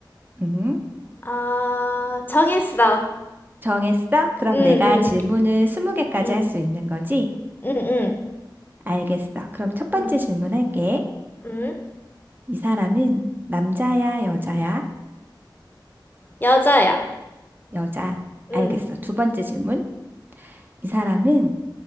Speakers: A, on the right; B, on the left.
A: 음.
B: 아, 정했어.
A: 정했어? 그럼
B: 응,
A: 내가
B: 응,
A: 질문을 스무 개까지
B: 응,
A: 할 수 있는 거지?
B: 응, 응,
A: 알겠어. 그럼 첫 번째
B: 응,
A: 질문할게.
B: 응,
A: 이 사람은 남자야, 여자야?
B: 여자야.
A: 여자.
B: 응.
A: 알겠어. 두 번째 질문. 이 사람은